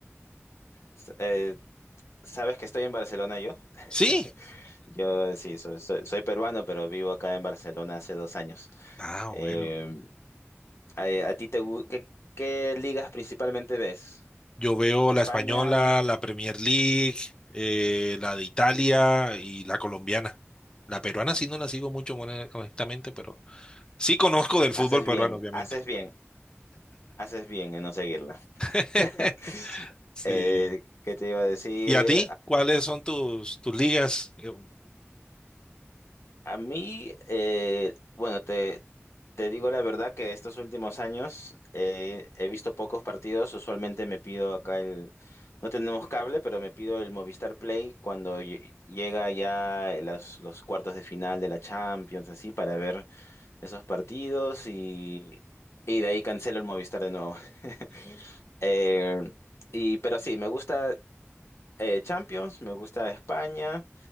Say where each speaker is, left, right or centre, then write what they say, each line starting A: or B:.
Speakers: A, on the left (about 65°); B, on the left (about 20°).
A: S- eh, ¿sabes que estoy en Barcelona yo? <laughs>
B: Sí.
A: Yo sí, soy, soy- soy peruano, pero vivo acá en Barcelona hace dos años.
B: Ah,
A: Em,
B: bueno.
A: Eh, ¿a, a ti te gu- qué, qué ligas principalmente ves?
B: Yo veo
A: España,
B: la española, la Premier League, eh, la de Italia y la colombiana. La peruana sí no la sigo mucho, mon- honestamente, pero sí conozco del fútbol
A: haces
B: peruano,
A: bien,
B: obviamente.
A: haces bien, haces bien en no seguirla.
B: <laughs>
A: <laughs>
B: Sí.
A: Eh, ¿qué te iba a decir?
B: ¿Y a ti? ¿Cuáles son tus, tus ligas? Eh,
A: A mí, eh, bueno, te, te digo la verdad que estos últimos años eh, he visto pocos partidos. Usualmente me pido acá el... No tenemos cable, pero me pido el Movistar Play cuando lle- llega ya los, los cuartos de final de la Champions, así, para ver esos partidos y, y de ahí cancelo el Movistar de nuevo. <laughs> Eh, y, pero sí, me gusta eh, Champions, me gusta España